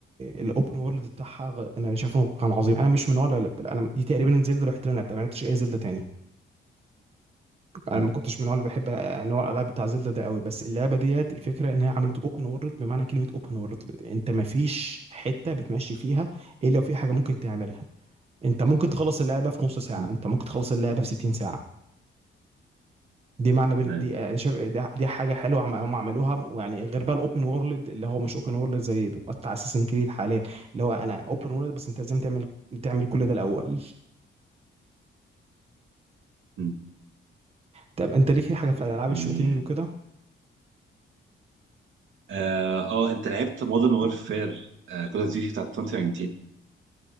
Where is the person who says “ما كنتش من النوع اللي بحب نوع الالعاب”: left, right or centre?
Right